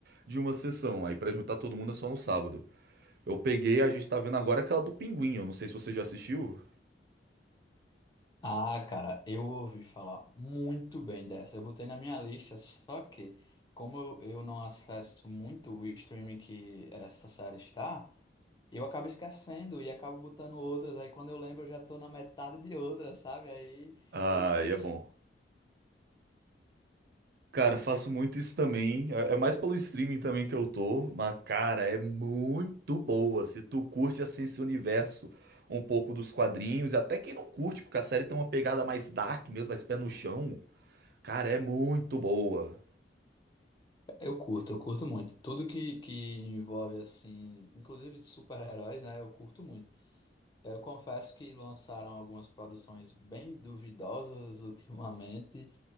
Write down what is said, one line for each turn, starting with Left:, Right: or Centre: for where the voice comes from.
Right: de uma sessão. Aí pra juntar todo mundo é só no sábado. Eu peguei, a gente tá vendo agora aquela do Pinguim, eu não sei se você já assistiu.
Left: Ah, cara, eu ouvi falar muito bem dessa. Eu botei na minha lista, só que, como eu, eu não acesso muito o streaming que essa série está, eu acabo esquecendo e acabo botando outras. Aí quando eu lembro, eu já tô na metade de outras, sabe? Aí
Right: Ah,
Left: eu esqueço.
Right: e é bom. Cara, faço muito isso também. É é mais pelo streaming também que eu tô, mas cara, é muito boa. Se tu curte assim esse universo um pouco dos quadrinhos, e até quem não curte, porque a série tem uma pegada mais dark mesmo, mais pé no chão, cara, é muito boa.
Left: Eu curto, eu curto muito. Tudo que, que envolve, assim, inclusive super-heróis, né? Eu curto muito. Eu confesso que lançaram algumas produções bem duvidosas ultimamente,